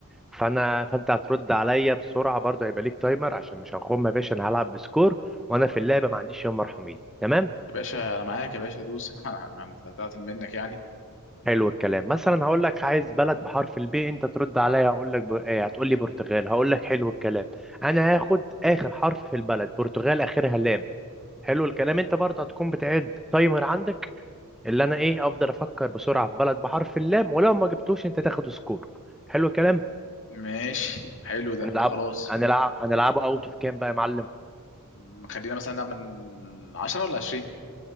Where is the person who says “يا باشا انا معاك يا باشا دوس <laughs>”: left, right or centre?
Left